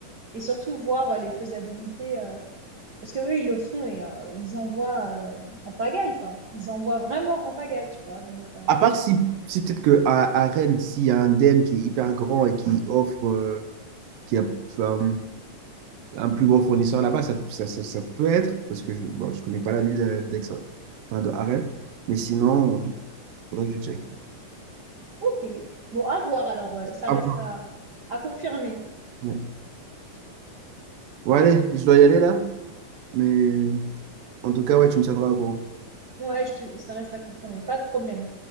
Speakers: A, on the right; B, on the right.
A: et surtout voir euh, les faisabilités, euh, parce que eux, ils le font et euh, ils envoient euh, en pagaille, quoi. Ils envoient vraiment en pagaille, tu vois, donc, euh,
B: À part si, si peut-être que à, à Rennes, s'il y a un DM qui est hyper grand et qui offre, euh, qui a enfin, un plus gros fournisseur là-bas, ça, ça, ça, ça peut être, parce que je, bon, je connais pas la ville d'Aix, enfin, de à Rennes, mais sinon, faudrait que je check.
A: ok. Bon, à voir, alors, euh, ça
B: Ah
A: reste
B: bon.
A: à, à confirmer.
B: Ouais. Bon, allez, je dois y aller là. Mais en tout cas, ouais, tu me tiendras au courant.
A: Ouais, je te, ça reste à confirmer, pas de problème.